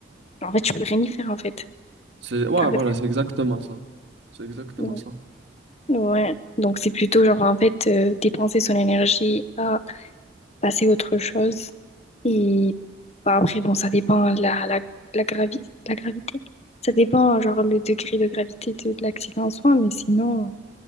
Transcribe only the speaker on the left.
en fait, tu peux rien y faire, en fait.
En
fait,
donc,
ouais. Donc, c'est plutôt, genre, en fait, euh, dépenser son énergie à passer à autre chose. Et bah, après, bon, ça dépend de la, la, la, gravi- la gravité. Ça dépend, genre, le degré de gravité de, de l'accident en soi, mais sinon...